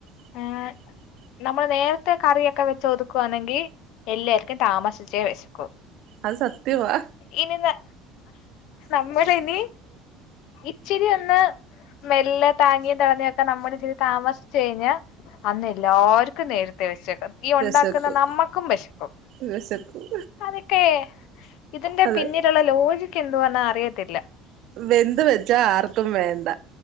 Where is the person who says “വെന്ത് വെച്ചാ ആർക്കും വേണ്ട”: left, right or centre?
Right